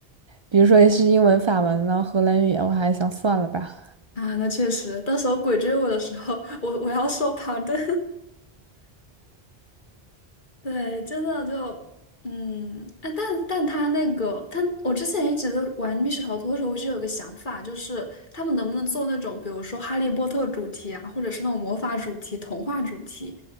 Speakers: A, on the right; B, on the left.
A: 比如说是英文、法文呢、荷兰语啊我还想算了吧。
B: 啊。那确实，到时候鬼追我的时候，我我要说旁队。对，真的就，嗯，哎，但但他那个，他我之前一直都玩密室逃脱的时候，我就有个想法，就是他们能不能做那种，比如说哈利波特主题啊，或者是那种魔法主题、童话主题，